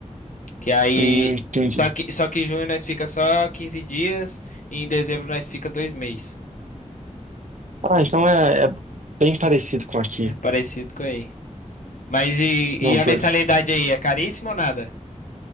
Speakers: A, on the left (about 85°); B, on the right (about 75°).
A: Que aí.
B: Hum, entendi.
A: Só que, só que em junho nós fica só 15 dias e em dezembro nós fica dois meses.
B: Ah, então é, é bem parecido com aqui.
A: É parecido com aí. Mas e,
B: Não,
A: e a
B: por...
A: mensalidade aí? É caríssima ou nada?